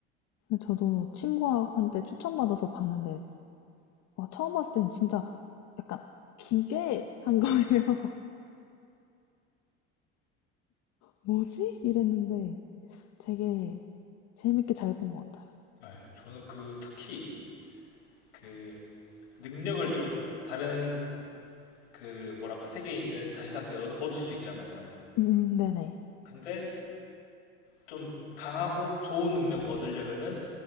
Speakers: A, on the left; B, on the left.
A: 저도 친구한테 추천받아서 봤는데, 와, 처음 봤을 땐 진짜 약간 기괴한 <laughs> 거예요. 뭐지? 이랬는데 되게 재밌게 잘 본 것 같아요.
B: 아, 저는 그 특히 그 능력을 좀 다른 그 뭐랄까 세계에 있는 자신한테 얻, 얻을 수 있잖아요.
A: 음, 음, 네네.
B: 근데 좀 강하고 좋은 능력을 얻으려면은